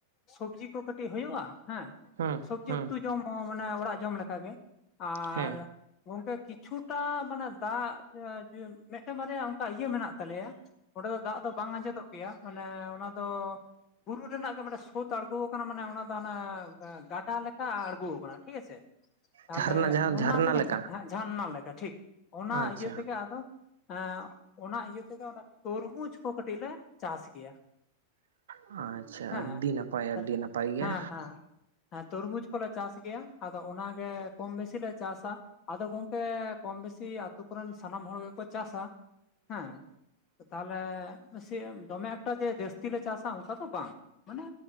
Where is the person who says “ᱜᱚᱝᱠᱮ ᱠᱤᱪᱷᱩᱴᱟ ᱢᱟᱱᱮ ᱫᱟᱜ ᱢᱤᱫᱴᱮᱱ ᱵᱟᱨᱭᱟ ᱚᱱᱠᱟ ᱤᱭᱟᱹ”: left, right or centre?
Left